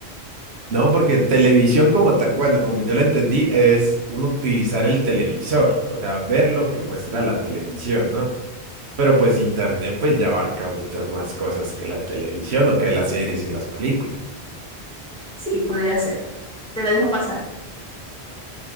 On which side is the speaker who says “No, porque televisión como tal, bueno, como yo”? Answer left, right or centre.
Right